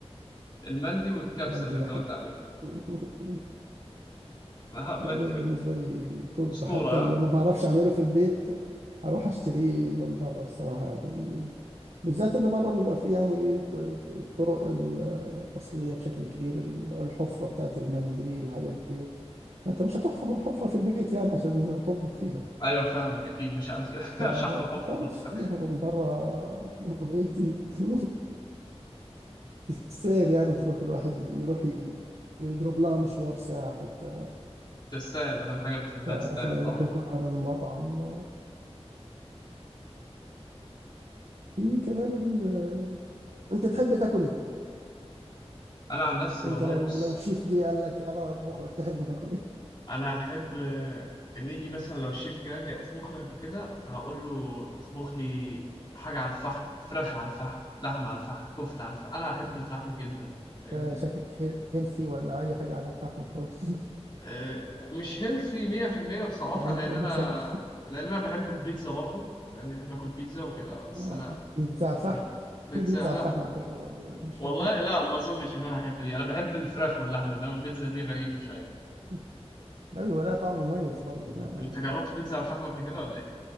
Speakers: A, on the left (about 45°); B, on the right (about 85°).
A: المندي والكبسه
B: مندي
A: اللي انت
B: لحم
A: قلت عليها
B: <laughs>
A: آه، مندي
B: يعني دوت بالنسبة لي توب
A: اسطوره
B: حتى لو
A: آه؟
B: ما بعرفش أعمله في البيت أروح أشتريه من بره الصراحة يعني بالذات إن بره بيبقى فيه يعني إيه ط- ط- الطرق الأصلية بشكل كبير ال- الحفرة بتاعت المنديل الحاجات ديت فأنت مش هتحفر حفرة في البيت يعني عشان تطبخ فيها
A: ايوه فاهمك اكيد مش هعمل كده <laughs>
B: فبتضطر
A: مش هحفر حفره احط
B: تشتريها
A: فرخ
B: من برا <laughs> وإيه، ت- تستاهل يعني تروح الواحد يروح ي- يضرب لها مشوار ساعة حتى
A: تستاهل ما دام حاجه بتحبها
B: فعشان
A: تستاهل
B: يروح
A: طبعا
B: ياكلها من المطعم في كمان ال... <laughs> انت تحب تاكل ايه؟
A: انا عن نفسي والله
B: انت لو
A: بص
B: لو شيف جه قال لك انا اطبخ لك تحب تاكل ايه؟
A: انا احب آه، اللي يجي مثلا لو الشيف جه قال لي اطبخ لك وكده هقول له اطبخ لي حاجه على الفحم فراخ على الفحم لحمه على الفحم كفته على الفحم انا احب الفحم جدا
B: <laughs>
A: فاهمني
B: آه، شكلك هيلثي ولا اي حاجة على الفحم وخلاص <laughs>
A: آه، مش هيلثي 100% بصراحه
B: يعني
A: لان
B: انت بتحب
A: انا لان انا بحب البيتزا برضو لان بحب اكل بيتزا وكده
B: <laughs>
A: بس
B: آه،
A: انا
B: بيتزا على الفحم
A: انا بيتزا
B: في بيتزا
A: لا
B: على الفحم على فكرة برضو يعني مش
A: والله
B: بتاكل
A: لا ما اظنش ان انا احب دي انا بحب الفراخ واللحمه انما البيتزا دي غريبه شويه
B: <laughs> لا بيبقى لها طعم مميز برضه ما...
A: انت جربت بيتزا على الفحم قبل كده ولا ايه